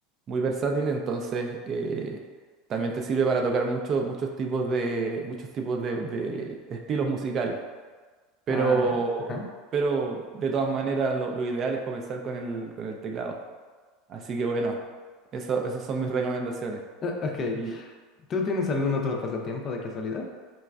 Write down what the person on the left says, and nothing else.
Ah, ajá.
Eh, ok.
¿Tú tienes algún otro pasatiempo de casualidad?